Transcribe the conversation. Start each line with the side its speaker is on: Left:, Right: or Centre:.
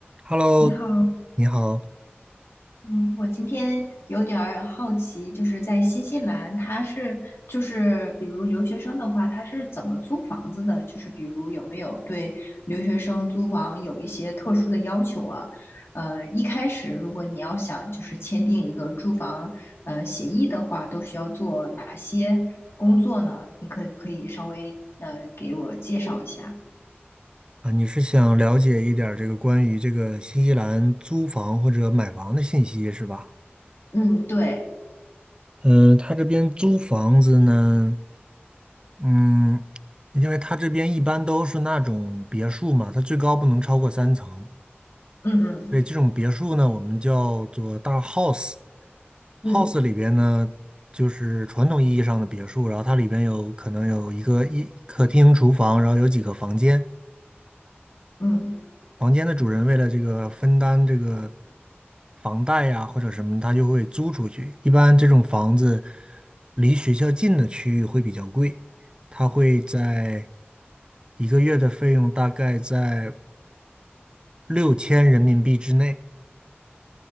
Right: Hello，
Left: 你好，
Right: 你好
Left: 嗯，我今天有点儿好奇，就是在新西兰，他是就是比如留学生的话，他是怎么租房子的？就是比如有没有对留学生租房有一些特殊的要求啊？呃，一开始如果你要想就是签订一个住房呃协议的话，都需要做哪些工作呢？你可不可以稍微呃给我介绍一下？
Right: 啊，你是想了解一点儿这个关于这个新西兰租房或者买房的信息是吧？
Left: 嗯，对，
Right: 嗯、他这边租房子呢，嗯，因为他这边一般都是那种别墅嘛，它最高不能超过三层，
Left: 嗯嗯
Right: 所以这种别墅呢，我们叫做大 house。
Left: 嗯，
Right: house 里边呢，就是传统意义上的别墅，然后它里边有可能有一个一客厅、厨房，然后有几个房间。
Left: 嗯，
Right: 房间的主人为了这个分担这个房贷呀或者什么，他就会租出去。一般这种房子离学校近的区域会比较贵，它会在一个月的费用大概在六千人民币之内。